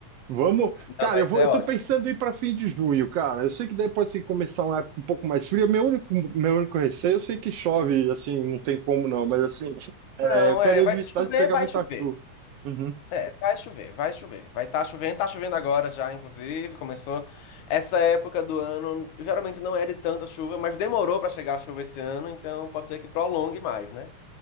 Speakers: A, on the right; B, on the left.
A: Vamos, cara,
B: Não, mas
A: eu vou,
B: é
A: eu
B: ótimo.
A: tô pensando em ir para fim de junho, cara. Eu sei que daí pode ser que começar uma época um pouco mais fria. Meu único, meu único receio, eu sei que chove, assim, não tem como não, mas assim, é,
B: Não,
A: eu quero
B: é,
A: evitar
B: vai chover,
A: de pegar
B: vai
A: muita
B: chover.
A: chuva. Uhum,
B: É, vai chover, vai chover. Vai estar chovendo, tá chovendo agora já, inclusive, começou. Essa época do ano geralmente não é de tanta chuva, mas demorou para chegar a chuva esse ano, então pode ser que prolongue mais, né?